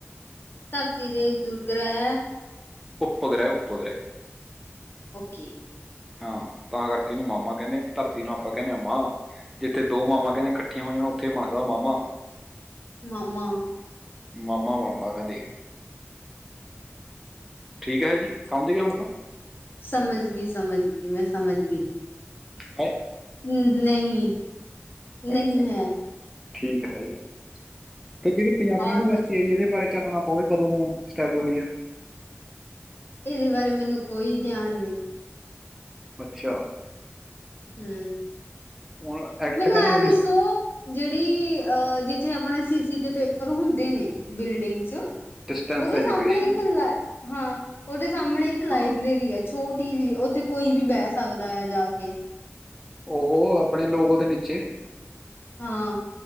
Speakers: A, on the left (about 50°); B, in the centre.
A: ਧਰਤੀ ਦੇ ਦੁਰਗ੍ਰਹਿ
B: ਉੱਪਗ੍ਰਹਿ ਉੱਪਗ੍ਰਹਿ
A: ਓਕੇ
B: ਹਾਂ ਤਾਂ ਕਰਕੇ ਇਹਨੂੰ ਮਾਮਾ ਕਹਿੰਦੇ ਧਰਤੀ ਨੂੰ ਆਪਾਂ ਕਹਿੰਦੇ ਹ ਮਾ ਜਿੱਥੇ ਦੋ ਮਾਮਾ ਕਹਿੰਦੇ ਇਕੱਠੀਆਂ ਹੋ ਜਾਣਣਾ ਉੱਥੇ ਬਣ ਜਾਂਦਾ ਮਾਮਾ
A: ਮਾਮਾ
B: ਮਮਾ ਵੈਣਾ ਮਘਾਂ ਦੇ ਠੀਕ ਹੈ ਜੀ ਸਮਝ ਗਏ ਹੁਣ ਤਾਂ।
A: ਸਮਝ ਗਈ, ਸਮਝ ਗਈ, ਮੈਂ ਸਮਝ ਗਈ।
B: ਹੈਾਂ
A: ਹੂ ਨਹੀਂ
B: ਅੱਛਾ
A: ਨਹੀਂ ਹੈ
B: ਠੀਕ ਹੈ ਜੀ ਤੇ ਜਿਹੜੀ ਪੰਜਾਬੀ
A: ਔਰ
B: ਯੂਨੀਵਰਸਟੀ
A: ਕੁਛ
B: ਹੈ ਜੀ, ਇਹਦੇ ਬਾਰੇ ਚੱਲਣਾ ਪਵੇ ਕਦੋਂ ਸਟੈਬਲ ਹੋਈ ਐ।
A: ਇਹਦੇ ਬਾਰੇ ਮੈਨੂੰ ਕੋਈ ਗਿਆਨ ਨਹੀਂ।
B: ਅੱਛਾ
A: ਹੂ
B: ਹੁਣ ਐਕਟ
A: ਮੈਨੂੰ
B: ਕਹਿੰਦੇ
A: ਐਂ ਦੱਸੋ ਜਿਹੜੀ ਅਹ ਜਿੱਥੇ ਆਪਣੇ ਸੀਸੀ ਤੇ ਪੇਪਰ ਹੁੰਦੇ ਨੇ, ਬਿਲਡਿੰਗ ਚ
B: ਡਿਸਟੈਂਸ
A: ਔਦੇ
B: ਐਜੂਕੇਸ਼ਨ
A: ਸਾਹਮਣੇ ਇੱਕ ਲੈ, ਹਾਂ ਔਦੇ ਸਾਹਮਣੇ ਇੱਕ ਲਾਇਬ੍ਰੇਰੀ
B: ਹਾਂ
A: ਹੈ ਛੋਟੀ ਜੀ, ਉੱਥੇ ਕੋਈ ਵੀ ਬਹਿ ਸਕਦਾ ਆ, ਜਾ ਕੇ
B: ਉਹ ਆਪਣੇ ਲੋਕ ਔਦੇ ਨੀਚੇ
A: ਹਾਂ